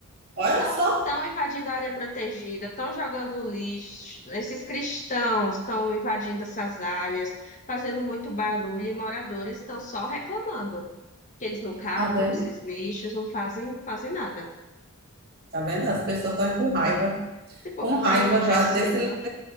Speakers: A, on the right; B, on the left.
A: Olha
B: Estão
A: só,
B: invadindo a área protegida, estão jogando lixo, esses cristãos estão invadindo essas áreas, fazendo muito barulho e moradores estão só reclamando que eles não catam
A: tá vendo?
B: esses lixos, não fazem, fazem nada.
A: Tá vendo? As pessoas estão com raiva.
B: Esse povo
A: com
B: está
A: raiva
B: enlouquecendo.
A: já desse.